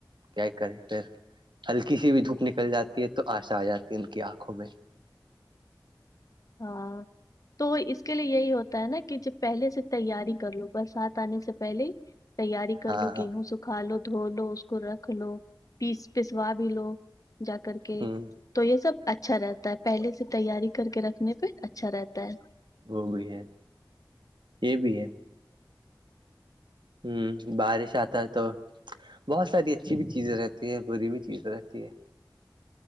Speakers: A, on the right; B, on the left.
A: کیا کریں پھر ہلکی سی بھی دھوپ نکل جاتی ہے تو آشا آ جاتی ہے ان کی آنکھوں میں
B: ہاں تو اس کے لیے یہی ہوتا ہے نا کہ ج پہلے سے تیاری کر لو برسات آنے سے <unintelligible> پہلے تیاری کر
A: ہاں
B: لو
A: ہاں
B: گیہوں س کھا لو دھو لو اس کو رکھ لو پیس پسوا بھی لو جا کر کے
A: ہوں
B: تو یہ سب اچھا رہتا ہے پہلے سے تیاری کر کے رکھنے پہ اچھا رہتا ہے
A: وہ بھی ہے یہ بھی ہے ہوں بارش آتا ہے تو بہت ساری اچھی بھی چیزیں رہتی ہے بری بھی چیزیں رہتی ہے